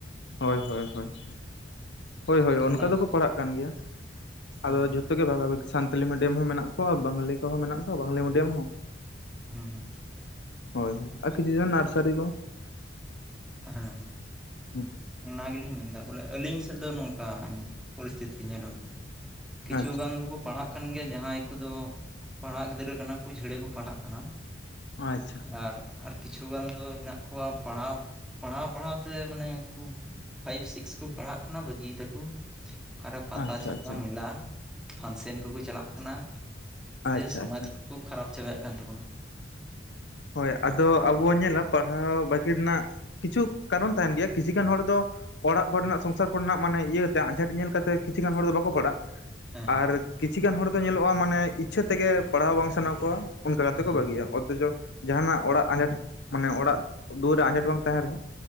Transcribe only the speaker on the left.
ᱦᱳᱭ ᱦᱳᱭ ᱦᱳᱭ, ᱦᱳᱭ ᱦᱳᱭ ᱚᱱᱠᱟ
ᱫᱚᱠᱚ ᱯᱟᱲᱦᱟᱜ ᱠᱟᱱ ᱜᱮᱭᱟ᱾ ᱟᱫᱚ
ᱡᱷᱚ ᱛᱚᱜᱮ ᱵᱷᱟᱜᱟ ᱵᱷᱟᱜᱤ ᱥᱟᱱᱛᱟᱞᱤ ᱢᱤᱰᱤᱭᱟᱢ ᱦᱚᱸ ᱢᱮᱱᱟᱜ ᱠᱚᱣᱟ ᱵᱟᱝᱞᱤ ᱠᱚᱦᱚᱸ ᱢᱮᱱᱟᱜ ᱠᱚᱣᱟ ᱵᱟᱝᱞᱤ ᱢᱤᱰᱟᱢ ᱦᱚᱸ᱾
ᱦᱳᱭ ᱦᱳᱭ, ᱟᱨ ᱠᱤᱪᱷᱩ ᱫᱚ ᱱᱟᱨᱥᱟᱨᱤ ᱠᱚ᱾
ᱦᱩᱸ ᱦᱩᱸ,
ᱟᱪᱪᱷᱟ
ᱟᱪᱪᱷᱟ
ᱟᱪᱪᱷᱟ
ᱟᱪᱪᱷᱟ
ᱟᱪᱪᱷᱟ
ᱟᱪᱪᱷᱟ
ᱦᱳᱭ ᱟᱫᱚ ᱟᱵᱚ ᱧᱮᱞᱟ ᱯᱟᱲᱦᱟᱣ ᱵᱟᱹᱜᱤ ᱨᱮᱱᱟᱜ ᱠᱤᱪᱷᱩ ᱠᱟᱨᱚᱱ ᱛᱟᱦᱮᱱ ᱜᱮᱭᱟ, ᱠᱤᱪᱷᱩ ᱜᱟᱱ ᱦᱚᱲ ᱫᱚ ᱚᱲᱟᱜ
ᱠᱚᱨᱮᱱᱟᱜ ᱥᱚᱝᱥᱟᱨ ᱠᱚᱨᱮᱱᱟᱜ ᱢᱟᱱᱮ ᱤᱭᱟᱹ ᱛᱮ ᱟᱸᱡᱷᱟᱴ ᱧᱮᱞ ᱠᱟᱛᱮ, ᱠᱤᱪᱷᱩ ᱜᱟᱱ ᱦᱚᱲ ᱫᱚ ᱵᱟᱠᱚ ᱯᱟᱲᱦᱟᱜ-ᱟ <inaudible>
ᱟᱨ ᱠᱤᱪᱷᱩ ᱜᱟᱱ ᱦᱚᱲ ᱫᱚ ᱧᱮᱞᱚᱜ-ᱟ, ᱢᱟᱱᱮ ᱤᱪᱪᱷᱟᱹ ᱛᱮᱜᱮ ᱯᱟᱲᱦᱟᱣ ᱵᱟᱝ ᱥᱟᱱᱟ ᱠᱚᱣᱟ ᱚᱱᱠᱟ ᱠᱟᱛᱮᱫ
ᱠᱚ ᱵᱟᱹᱜᱤᱭᱟ ᱚᱛᱷᱚᱪᱚ ᱡᱟᱦᱟᱱᱟᱜ ᱚᱲᱟᱜ ᱟᱸᱡᱷᱟᱴ ᱢᱟᱱᱮ ᱚᱲᱟᱜ ᱫᱩᱣᱟᱹᱨ ᱨᱮ ᱟᱸᱡᱷᱟᱴ ᱵᱟᱝ ᱛᱟᱦᱮᱸᱱ ᱨᱮᱦᱚᱸ,